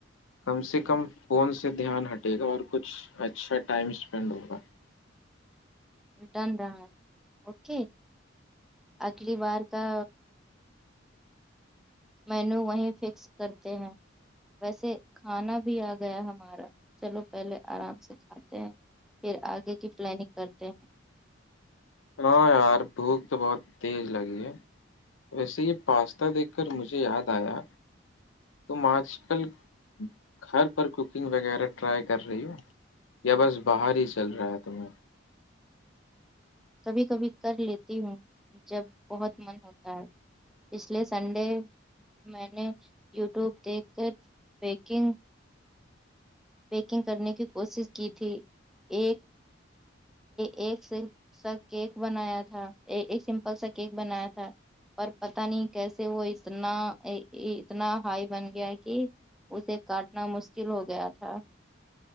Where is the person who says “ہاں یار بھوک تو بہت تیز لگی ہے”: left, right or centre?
Left